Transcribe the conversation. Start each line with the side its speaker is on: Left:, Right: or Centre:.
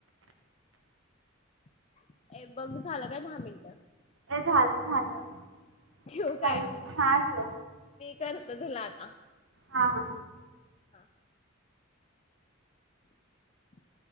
Left: <inaudible> ए बघ झालं काय दहा मिनट
Right: ए झालं झालं
Left: ठेवु
Right: चालू
Left: काय.
Right: हा ठेव
Left: करतो तुला आता.
Right: हा हा.
Left: हा <inaudible>